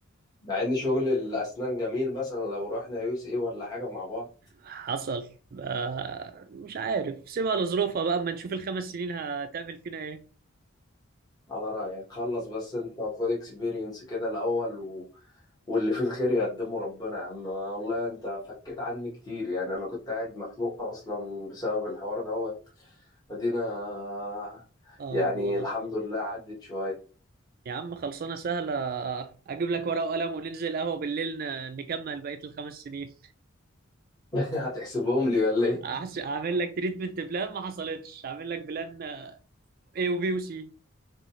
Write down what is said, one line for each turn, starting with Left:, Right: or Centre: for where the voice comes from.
Left: مع ان شغل الاسنان جميل مثلا لو رحنا يو اس اي ولا حاجه مع بعض
Right: حصل بقى مش عارف سيبها لظروفها بقى اما نشوف الخمس سنين هتعمل فينا ايه
Left: على رأيك خلص بس انت خد اكسبيرينس كده الأول و... واللي فيه الخير يقدمه ربنا يا عم والله انت فكيت عني كتير يعني انا كنت قاعد مخنوق اصلا بسبب الحوار دوت فدينا
Right: اه
Left: يعني
Right: والله
Left: الحمد لله عدت شوية
Right: يا عم خلصانة سهلة اجيب لك ورقة وقلم وننزل قهوة بالليل ن- نكمل بقية الخمس سنين
Left: <laughs> هتحسبهم لي ولا
Right: <laughs>
Left: ايه
Right: أحس- اعمل لك تريتمنت بلان ما حصلتش اعمل لك بلان اي وبي وسي